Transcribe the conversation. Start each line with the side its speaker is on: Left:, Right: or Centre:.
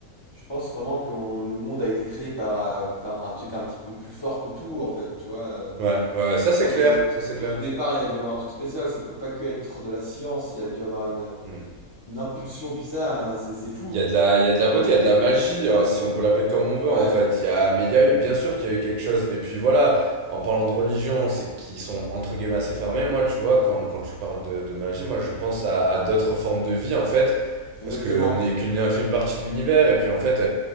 Left: je pense vraiment que on- le monde a été créé par, euh, par un truc un petit peu plus fort que tout en fait. Tu vois. euh,
Right: Ouais, ouais, ouais, ouais, ça
Left: Je
Right: c'est
Left: pense
Right: clair,
Left: qu'au
Right: ça c'est
Left: au
Right: clair.
Left: tout départ, il y a dû y avoir un truc spécial. Ça peut pas que être de la science. Il y a dû y avoir une
Right: Mm.
Left: une impulsion bizarre, hein, c'est c'est fou.
Right: Il y a de la, il y a de la beauté, il y a de la magie, hein, si on peut l'appeler comme on
Left: Ouais,
Right: veut, en fait. Il y a, mais il y a eu, bien sûr qu'il y a eu quelque chose. Et puis voilà, en parlant de religion, c'est qu'ils sont entre guillemets assez fermés. Moi, tu vois, quand, quand tu parles de, de magie, moi je pense à, à d'autres formes de vie, en fait.
Left: exactement.
Right: Parce qu'on n'est qu'une infime partie de l'univers, et puis en fait,